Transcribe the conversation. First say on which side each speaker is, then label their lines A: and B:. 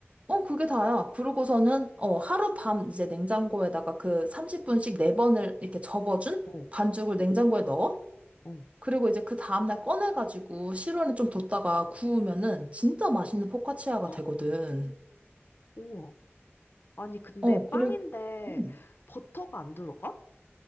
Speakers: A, on the right; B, on the left.
A: 어, 그게 다야. 그러고서는, 어, 하룻밤 이제 냉장고에다가 그 30분씩 네번을 이렇게 접어준
B: 어,
A: 반죽을 냉장고에 넣어.
B: 어.
A: 그리고 이제 그 다음날 꺼내가지고 실온에 좀 뒀다가 구우면은 진짜 맛있는 포카치아가
B: <gasps> 헉,
A: 되거든.
B: 우와. 아니, 근데
A: 어,
B: 빵인데
A: 그리고, 음,
B: 버터가 안 들어가?